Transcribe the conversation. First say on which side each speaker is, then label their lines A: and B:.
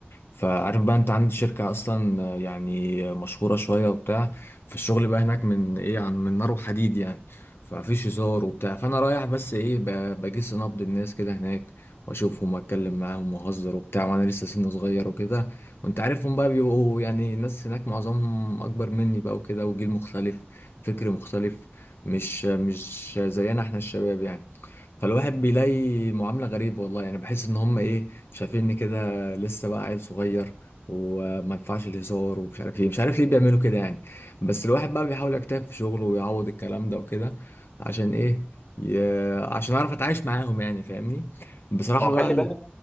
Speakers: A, on the left; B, on the left.
A: فعارف بقى انت عندي شركة اصلا آه، يعني مشهورة شوية وبتاع فالشغل بقى هناك من ايه عن من نار وحديد يعني فمفيش هزار وبتاع فانا رايح بس ايه ب- بجس نبض الناس كده هناك واشوفهم واتكلم معاهم واهزر وبتاع وانا لسه سن صغير وكده وانت عارفهم بقى بيبقوا يعني الناس هناك معظمهم اكبر مني بقى وكده وجيل مختلف فكر مختلف مش مش زينا احنا الشباب يعني فالواحد بيلاقي معاملة غريبة والله يعني بحس ان هم ايه شايفيني كده لسه بقى عيل صغير وما ينفعش الهزار ومش عارف ايه مش عارف ليه بيعملوا كده يعني بس الواحد بقى بيحاول يجتهد في شغله ويعوض الكلام ده وكده عشان ايه ي... عشان اعرف اتعايش معاهم يعني فاهمني بصراحة
B: ما هو
A: بقى
B: خلي بالك